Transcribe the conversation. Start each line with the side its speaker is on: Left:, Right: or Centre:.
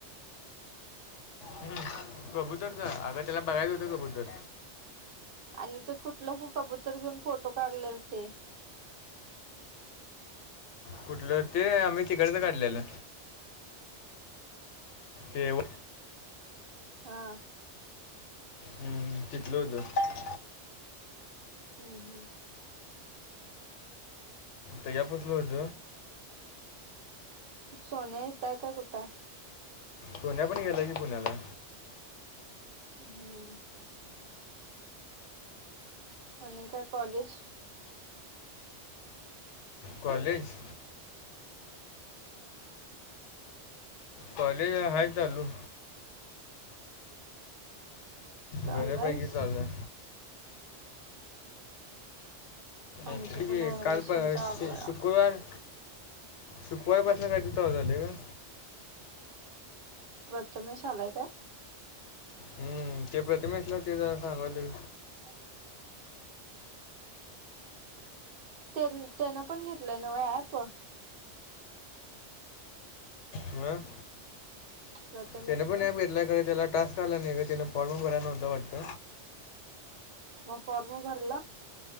Left: हम् कबूतरचा अगं त्याला बघायचं होतं कबूतर
Right: आणि त कुठलं कबूतर घेऊन फोटो काढलेल ते
Left: कुठलं ते आम्ही तिकडच काढलेलं केव
Right: हा
Left: हम्म तितल त
Right: होम हो
Left: त यापसल होत
Right: सोन येतय काय कुठ
Left: पुण्या पण गेला की पुण्याला
Right: अ हम्म. अणी काय कॉलेज?
Left: कॉलेज कॉलेज अ हाय चालू
Right: चाललायस
Left: बऱ्या पैकी चालू आय रात्री
Right: आमचं पण ऍडमिशन
Left: काल प
Right: चालू
Left: शे
Right: आहे.
Left: शुक्रवार शुकुरवार पासन काय तर चालू झालय ग
Right: प्रथमेश आलाय काय?
Left: हम्म ते प्रथिमेतला ते जरा सांगलोय
Right: नाही त्यान पण घेतलंय नव ऍप
Left: हम
Right: प्रथमेश
Left: त्याने पण
Right: न
Left: नप घेतला खर त्याला टास्क आला नाही का त्याने फॉर्म प भरायला नव्हता वाटत
Right: मग फॉर्म भरलं